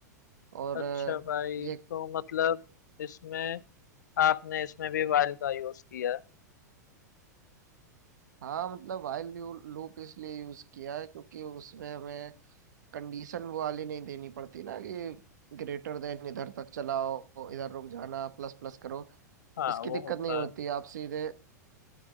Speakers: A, on the right; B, on the left.
A: और
B: अच्छा
A: अ,
B: भाई
A: ये
B: तो मतलब इसमें आपने इसमें भी वाइल का यूज किया है
A: हाँ मतलब वाइल लूप इसलिए यूज किया है क्योंकि उसमें हमें कंडीशन वो वाली नहीं देनी पड़ती ना कि ग्रेटर देन इधर तक चलाओ इधर रुक जाना प्लस प्लस करो
B: हाँ
A: इसकी
B: वो
A: दिक्कत
B: होता
A: नहीं होती
B: है
A: आप सीधे